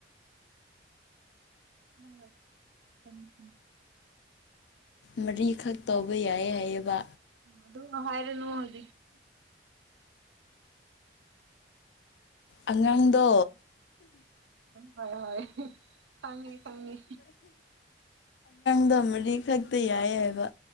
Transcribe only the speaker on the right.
ꯅꯪꯅ ꯎꯝꯝ
ꯑꯗꯨꯝ ꯍꯥꯏꯔꯅꯨ ꯍꯧꯖꯤꯛ
ꯍ ꯍꯣꯏ ꯍꯣꯏ ꯈꯪꯉꯦ ꯈꯪꯉꯦ